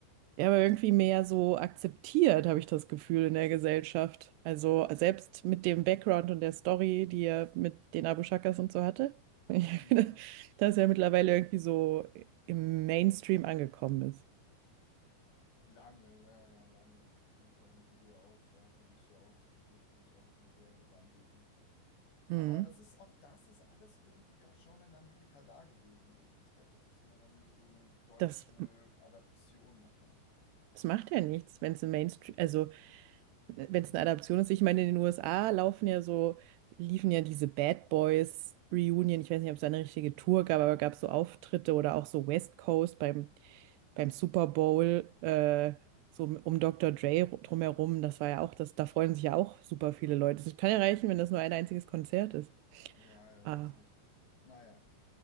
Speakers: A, on the right; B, on the left.
A: Ja, aber irgendwie mehr so akzeptiert, habe ich das Gefühl, in der Gesellschaft. Also selbst mit dem Background und der Story, die er mit den Abu Shakas und so hatte, <laughs>
B: Ja, das-
A: dass er mittlerweile irgendwie so im Mainstream angekommen ist.
B: lange, ja, ja, lange. Und vor allem Sido ja auch, der hatte sich ja auch, der hat sich auch so sehr gewandelt. ne?
A: Mhm.
B: Aber das ist auch, das ist alles irgendwie auch schon in Amerika da gewesen. Irgendwie. Ich glaube, das ist immer dann nur so eine deutsche
A: Das,
B: Adaption davon.
A: das macht ja nichts, wenn es im Mainstream, also wenn
B: Mhm.
A: es eine Adaption ist. Ich meine, in den USA laufen ja so, liefen ja diese Bad Boys Reunion. Ich weiß nicht, ob es da eine richtige Tour gab, aber gab es so Auftritte oder auch so West Coast beim, beim Super Bowl, äh, so um Dr. Dre drumherum.
B: Voll,
A: Das war ja auch, das, da freuen sich ja auch super viele Leute. Es kann ja reichen,
B: voll.
A: wenn das nur ein einziges Konzert ist.
B: Ja, ja,
A: Ah,
B: du hast recht. Naja,